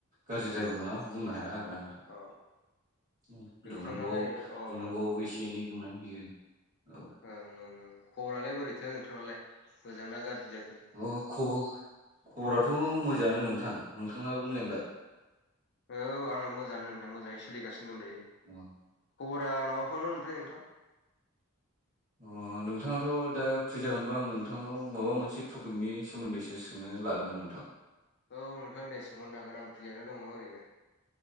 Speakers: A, on the right; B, on the left.
A: गाज्रि
B: अ
A: द्रायबो नङा बुंनो हाया आरोना नोंथां।
B: अ नोंथांनालाय
A: दुंनांगौ
B: अ ओं
A: दुंनांगौ एसे एनै दुंनानै होयो औ।
B: ओं ओं ओं खबरालाय बोरैथो नोंथांनालाय मोजां ना गाज्रि जाखो?
A: अ खबर खबराथ' मोजाङानो नोंथां नोंथाङाबो मोजां दा?
B: औ आंना मोजाङानो नोंथां मोजाङै सोलिगासिनो दं दायो।
A: अ
B: खबरा माबाफोरमोन ओमफ्राय नोंथां?
A: अ नोंथाङाथ' दा फ्रि जागोनबा आं नोंथांनाव माबा मोनसे टपिकनि सोमोन्दैसो सोंनो लादोंमोन नोंथां।
B: औ नोंथां दे सोंहरनो हागोन आं फ्रियानो दङ ओरैनो।